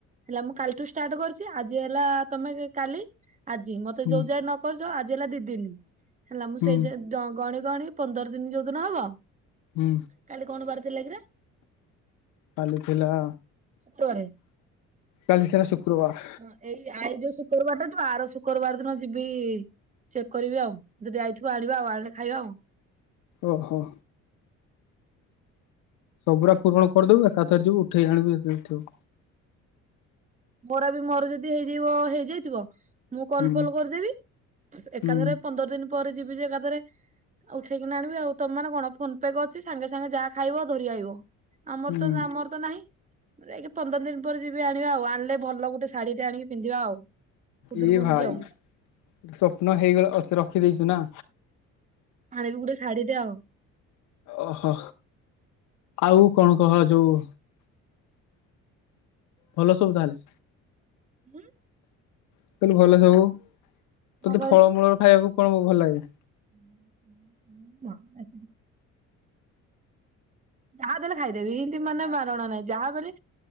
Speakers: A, on the right; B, on the left.
A: ହେଲା ମୁ କାଲିଠୁ ଷ୍ଟାର୍ଟ କରିଛି, ଆଜି ହେଲା ତମେ କାଲି ଆଜି ମତେ
B: ହୁଁ
A: ଯୋଉ ଯାଏ ନ କରୁଛ ଆଜି ହେଲା ଦି ଦିନ, ହେଲା ମୁଁ
B: ହୁଁ
A: ସେ ଗଣି ଗଣି ପନ୍ଦର ଦିନ ଯୋଉଦିନ ହବ।
B: ହୁଁ।
A: କାଲି କଣ ବାର ଥିଲା କିରେ?
B: କାଲିଥିଲା
A: ଶୁକ୍ରୁ ବାରେ।
B: କାଲି ଥିଲା ଶୁକ୍ରବାର।
A: ହଁ ଏଇ ଆଇ ଯୋଉ ଶୁକ୍ରବାର ଟା ଯିବ, ଆର ଶୁକ୍ରବାର ଦିନ ଯିବି ଚେକ୍ କରିବି ଆଉ, ଯଦି ଆଇଥିବ ଆଣିବା ଆଉ ଆଣିଲେ ଖାଇବା ଆଉ।
B: ଓହୋ। ସବୁରା ପୂରଣ କରିଦବୁ ଏକାଥରେ ଯିବୁ ଉଠେଇ ଆଣିବୁ ଯେତିକି ଥିବ।
A: ମୋରା ବି ମୋର ଯଦି ହେଇଯିବ ହେଇଯାଇଥିବ। ମୁଁ କଲଫଲ
B: ହୁଁ
A: କରିଦେବି, ଏକାଥରେ
B: ହୁଁ
A: ପନ୍ଦର ଦିନ ପରେ ଯିବି ଯେ ଏକାଥରେ ଆ ଉଠେଇକି ଆଣିବି ଆଉ, ତମାନେ କଣ ଫୋନ ପେ କରିଛି ସାଙ୍ଗେ ସାଙ୍ଗେ ଯାହା ଖାଇବ ଧରି ଆଇବ। ଆମର
B: ହୁଁ
A: ତ ଆମର ତ ନାହିଁ। ଯାଇକି ପନ୍ଦର ଦିନ ପରେ ଯିବି ଆଣିବା ଆଉ। ଆଣିଲେ ଭଲ ଗୋଟେ ଶାଢୀଟେ ଆଣିକି ପିନ୍ଧିବା ଆଉ। ଖୁଦୁରୁକୁଣୀ
B: ଏଇ ଭାଇ
A: କି ଆଉ।
B: ସ୍ଵପ୍ନ ହେଇଗଲା ଅଚେ ରଖିଦେଇଚୁ ନା।
A: ଆଣିବି ଗୋଟେ ଶାଢ଼ୀ ଟେ ଆଉ।
B: ଓହୋ ଆଉ କଣ କହ ଯୋଉ ଭଲ ସବୁ ତାହେଲେ।
A: ହୁଁ।
B: ମୁଁ କହିଲି ଭଲ ସବୁ
A: କଣ
B: ତୋତେ ଫଳମୂଳର ଖାଇବାକୁ କଣ ଭଲ ଲାଗେ।
A: <inaudible> ଯାହା ଦେଲେ ଖାଇଦେବି ଏମତି ମାନେ ବାରଣ ନାହିଁ ଯାହା ଦେଲେ